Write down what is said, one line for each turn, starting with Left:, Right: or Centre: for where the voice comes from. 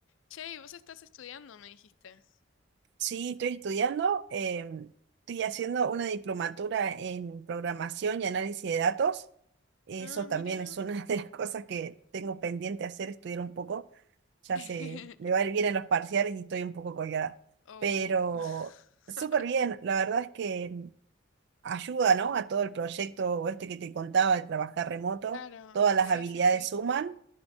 Left: Che, y vos estás estudiando, me dijiste.
Right: Sí, estoy estudiando, em, estoy haciendo una diplomatura en programación y análisis de datos. Eso
Left: Ah,
Right: también
Left: mira.
Right: es una <laughs> de las cosas que tengo pendiente hacer, estudiar un poco. Ya
Left: <laughs>
Right: se me va a ir bien en los parciales y estoy un poco colgada.
Left: Oh.
Right: Pero súper
Left: <laughs>
Right: bien, la verdad es que em, ayuda, ¿no? A todo el proyecto este que te contaba de trabajar remoto.
Left: Claro,
Right: Todas las
Left: sí,
Right: habilidades
Left: sí, sí.
Right: suman